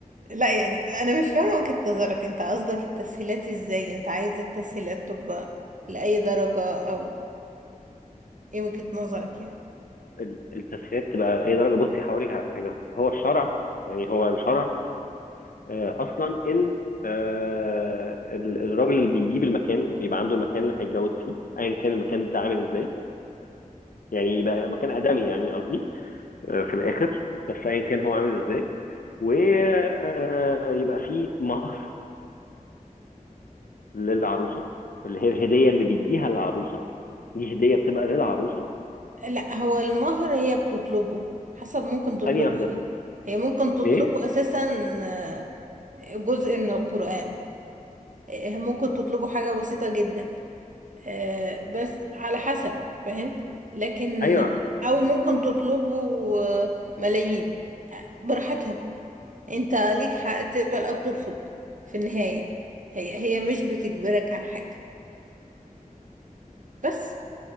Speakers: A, on the right; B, on the left.
A: لا يعني أنا مش فاهمة وجهة نظرك أنت قصدك التسهيلات إزاي أنت عايز التسهيلات تبقى لأي درجة أو إيه وجهة نظرك يعني
B: ال- التسهيلات تبقى لاي درجه بصي هوريك على حاجه هو الشرع يعني هو الشرع آه، اصلا ان آه، ال- الراجل اللي بيجيب المكان بيبقى عنده المكان اللي هيتجوز فيه ايا كان المكان ده عامل ازاي يعني يبقى مكان ادمي يعني قصدي آه، في الاخر بس ايا كان هو عامل ازاي ويبقى فيه مهر للعروسه اللي هي الهديه اللي بيديها للعروسه دي هديه بتبقى للعروسه
A: لا هو المهر هي بتطلبه حسب ممكن تطلبه
B: ثانيه واحده
A: ايه هي ممكن تطلبه
B: ايه
A: اساسا آه، جزء من القرآن آه، ممكن تطلبه حاجة بسيطة جدا آه، بس على حسب فاهم لكن
B: ايوه
A: او ممكن تطلبه آه، ملايين آه، براحتها انت ليك حق تقبل او ترفض في النهاية هي هي مش بتجبرك على حاجة بس